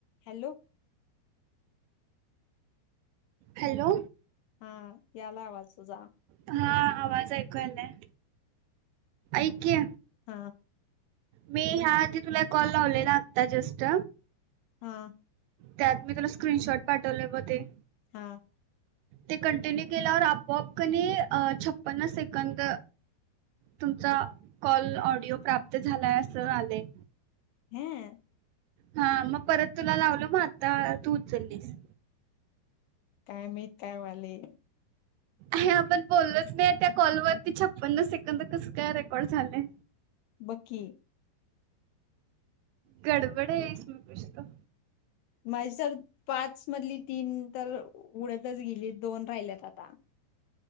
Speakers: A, on the left; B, on the right.
A: Hello
B: hello
A: हा याला आवाज तुझा
B: हा आवाज ऐकूयलाय ऐकी
A: हा
B: मी ह्याआधी तुला कॉल लावले ना आत्ता जस्ट
A: हा
B: त्यात मी तुला स्क्रीनशॉट पाठवलेय बघ ते.
A: हा.
B: ते कंटिन्यू केल्यावर आपोआप कनी अ छप्पन्न सेकंद. तुमचा कॉल ऑडिओ प्राप्त झालाय असं आलय.
A: ह्या
B: हा मग परत तुला लावल मग आता तू उचललीस.
A: काय माहित? काय व्हालय?
B: हे आपण बोललोच नाही त्या कॉलवरती छप्पन्न सेकंद कस काय रेकॉर्ड झालय?
A: बघ की.
B: गडबड हे. इसमे कुछ तो.
A: माझी तर पाच मधली तीन तर उडतच गेलीत दोन राहिल्यात आता.